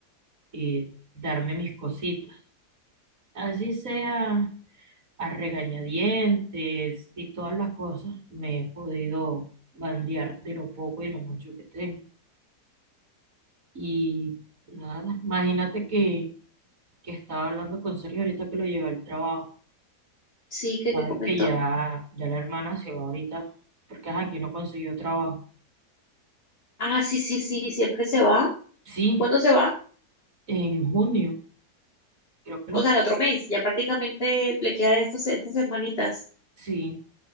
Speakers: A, on the right; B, on the left.
A: eh, darme mis cositas. Así sea a regañadientes y todas las cosas, me he podido bandear de lo poco y lo mucho que tengo. Y nada, imagínate que, que estaba hablando con Sergio ahorita que lo llevé al trabajo.
B: Sí, que
A: Sabes
B: te comentó.
A: que ya, ya la hermana se va ahorita porque ajá, aquí no consiguió trabajo.
B: Ah, sí, sí, sí, siempre se va.
A: Sí,
B: ¿Cuándo se va?
A: en junio, creo que
B: O
A: lo...
B: sea, el otro mes. Ya prácticamente le quedan estos, estas semanitas,
A: Sí.